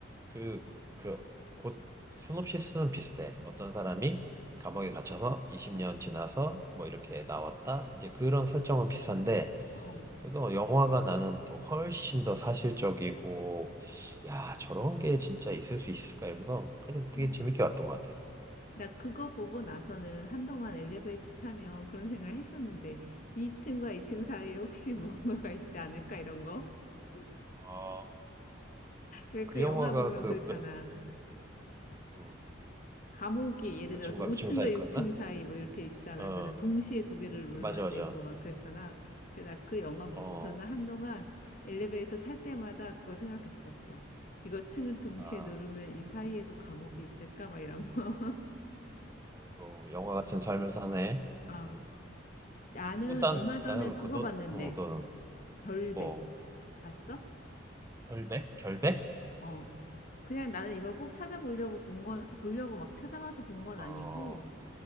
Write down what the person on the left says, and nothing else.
어.
음.
나 그거 보고 나서는 한동안 엘리베이터 타면 그런 생각을 했었는데 2층과 2층 사이에 혹시 <laughs> 뭔가가 있지 않을까 이런 거? <laughs>
왜
그
영화 보면
그렇잖아.
감옥이 예를
들어서
5층과
6층 사이 뭐 이렇게 있잖아.
그래서 동시에 두 개를 눌러야
되고 막 그렇잖아. 그래서 나 그 영화 보고서는
한동안 엘리베이터 탈 때마다 그거 생각했었어. 이거 층을 동시에
누르면 이 사이에도 감옥이 있을까? 막 이런 거.
어,
나는
얼마 전에
그거
봤는데,
별백.
봤어?
어. 그냥 나는 이걸 꼭 찾아보려고 본 건, 보려고 막 찾아봐서 본 건
아니고,